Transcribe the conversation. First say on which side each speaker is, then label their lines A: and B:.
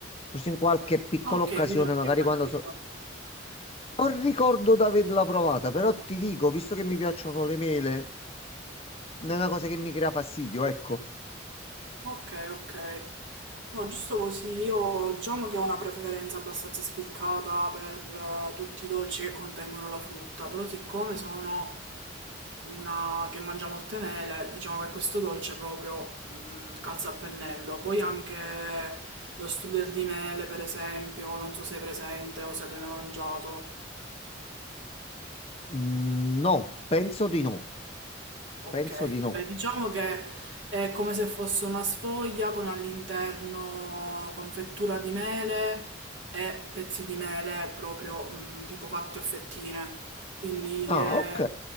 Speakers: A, on the left; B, on the right.
A: Forse in qualche piccola
B: Ah, ok,
A: occasione,
B: quindi non
A: magari
B: ti è mai
A: quando
B: capitato.
A: so... Non ricordo di averla provata, però ti dico, visto che mi piacciono le mele, non
B: Mm.
A: è una cosa che mi crea fastidio, ecco.
B: Ok, ok. No, giusto così, io diciamo che ho una preferenza abbastanza spiccata per eh, tutti i dolci che contengono la frutta, però siccome sono una che mangia molte mele, diciamo che questo dolce proprio mm, calza a pennello. Poi anche lo strudel di mele, per esempio, non so se è presente o se l'hai mai mangiato.
A: Mm, no, penso di no.
B: Ok,
A: Penso di no.
B: beh, diciamo che è come se fosse una sfoglia con all'interno confettura di mele e pezzi di mele proprio mh, tipo fatti a fettine. Quindi
A: Ah,
B: è
A: ok.